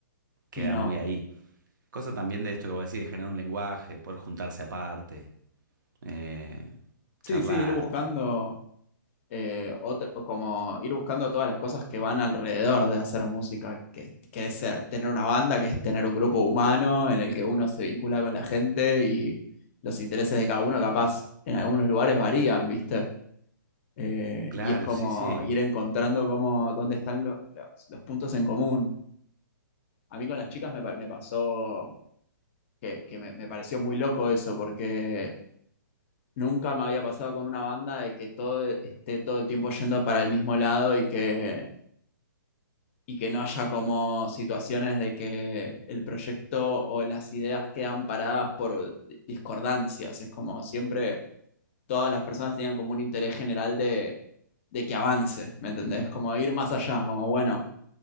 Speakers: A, on the right (about 65°); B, on the left (about 40°).
A: queda
B: y no.
A: muy ahí. Cosa también de esto que vos decís, de generar un lenguaje, poder juntarse aparte, eh,
B: Sí,
A: charlar.
B: sí, ir buscando eh, otro, como ir buscando todas las cosas que van alrededor de hacer música, que, que es eh, tener una banda, que es tener un grupo humano en el que uno se vincula con la gente y los intereses de cada uno capaz en algunos lugares varían, ¿viste? Eh,
A: Claro,
B: y es como
A: sí, sí.
B: ir encontrando cómo, dónde están lo- los, los puntos en común. A mí con las chicas me, pa- me pasó que, que me me pareció muy loco eso, porque Nunca me había pasado con una banda de que todo esté todo el tiempo yendo para el mismo lado y que, y que no haya como situaciones de que el proyecto o las ideas quedan paradas por discordancias. Es como siempre todas las personas tenían como un interés general de, de que avance, ¿me entendés? Como ir más allá, como bueno,